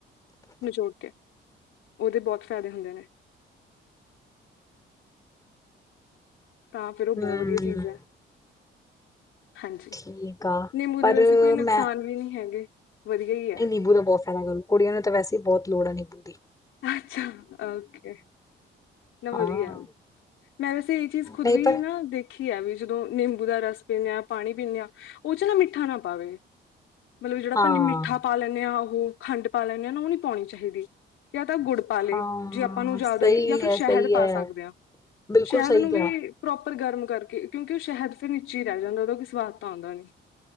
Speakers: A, on the left; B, on the left.
A: ਨਿਚੋੜ ਕੇ ਉਹਦੇ ਬਹੁਤ ਫਾਇਦੇ ਹੁੰਦੇ ਨੇ ਤਾਂ ਫਿਰ ਉਹ ਬਹੁਤ
B: ਹਮ
A: ਵਧੀਆ ਚੀਜ਼ ਹੈ ਹਾਂਜੀ
B: ਠੀਕ ਆ
A: ਨਿੰਬੂ
B: ਪਰ
A: ਦੇ ਵੈਸੇ ਕੋਈ ਨੁਕਸਾਨ
B: ਮੈਂ
A: ਵੀ ਨਹੀਂ ਹੈਗੇ ਵਧੀਆ ਹੀ ਹੈ
B: ਨਹੀਂ ਨਿੰਬੂ ਦਾ ਬਹੁਤ ਫਾਇਦਾ ਕਰੂ ਕੁੜੀਆਂ ਨੂੰ ਤਾਂ ਵੈਸੇ ਹੀ ਬਹੁਤ ਲੋੜ ਆ ਨਿੰਬੂ ਦੀ
A: ਅੱਛਾ ਓਕੇ
B: ਹਾਂ
A: ਨਾ ਵਧੀਆ ਮੈਂ ਵੈਸੇ ਇਹ ਚੀਜ਼ ਖੁਦ
B: ਨਹੀਂ
A: ਵੀ
B: ਪਰ
A: ਨਾ ਦੇਖ ਖੀ ਆ ਵੀ ਜਦੋਂ ਨਿੰਬੂ ਦਾ ਰਸ ਪੀਂਦੇ ਹਾਂ ਪਾਣੀ ਪੀਂਦੇ ਹਾਂ ਉਹ ਚ ਨਾ ਮਿੱਠਾ ਨਾ ਪਾਵੇ ਮਤਲਬ ਜਿਹੜਾ ਅਪਾ
B: ਹਾਂ
A: ਮਿੱਠਾ ਪਾ ਲੈਂਦੇ ਆਾਂ ਉਹ ਖੰਡ ਪਾ ਲੈਂਦੇ ਹਾਂ ਨਾ ਉਹ ਨੀ ਪਾਉਣੀ ਚਾਹੀਦੀ ਜਾਂ ਤਾਂ ਗੁੜ। ਪਾ ਲਏ
B: ਹਾਂ
A: ਜੇ ਆਪਾਂ ਨੂੰ ਜ਼ਿਆਦਾ
B: ਸਹੀ
A: ਜਾਂ ਫਿਰ
B: ਹੈ
A: ਸ਼ਹਿਦ
B: ਸਹੀ
A: ਪਾ
B: ਹੈ
A: ਸਕਦੇ ਹਾਂ
B: ਬਿਲਕੁਲ
A: ਸ਼ਹਿਦ
B: ਸਹੀ
A: ਨੂੰ
B: ਕਿਹਾ
A: ਵੀ। ਪ੍ਰੋਪਰ ਗਰਮ ਕਰਕੇ ਕਿਉਂਕਿ ਉਹ ਸ਼ਹਿਦ ਫਿਰ ਨੀਚੇ ਹੀ ਰਹਿ ਜਾਂਦਾ ਉਹਦਾ ਕੋਈ ਸਵਾਦ ਤਾਂ ਆਉਂਦਾ ਨਹੀਂ।